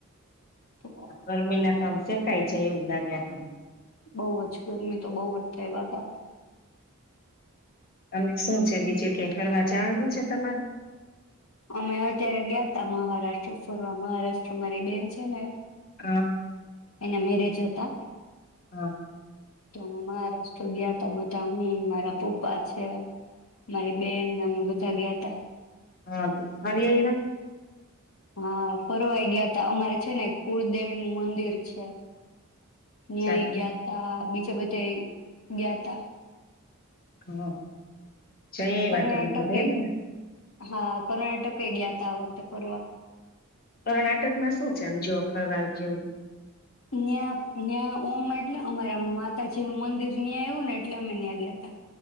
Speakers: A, on the left; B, on the left.
A: તો
B: ગરમી ના તમ છેકઈ જાયે એવું લાગ્યા કરે
A: બઉુ જ ગરમી તો બહુ જ થાય બાપા
B: અને શું છે બીજે કઈ ફરવા જવાનું છે તમારે?
A: અમે અત્યારે ગયાતા મહારાષ્ટ્ર ફરવા. મહારાષ્ટ્ર મારી બેન છે ને
B: હા
A: એના મેરેજ હ તા.
B: હા.
A: તો મહારાષ્ટ્ર ગયા થા બધા હું, મારા પપ્પા છે. મારી બેનને મમી જાગ્યા તા.
B: હા તો ફરી આઈવા?
A: હા, ફરવાઈ ગયા તા અમારે છે ને કુળદેવી નું મંદિર છે. ન્યાય
B: સારું
A: ગયા તા બી ચ બધાએ ગયા તા.
B: હા. જોઈ એ
A: કર્ણાટકે
B: વાત આમ બધા એમ ને?
A: હા કર્ણાટકે ગયા થા આ વખતે પરવા.
B: કર્ણાટક માં શું છે આમ જો ફરવાલ જેવું?
A: ન્યા ન્યા ઓમ એટલે અમારા માતાજી નું મંદિર ન્યાં આવ્યું ને એટલે અમે ન્યાં ગયા તા.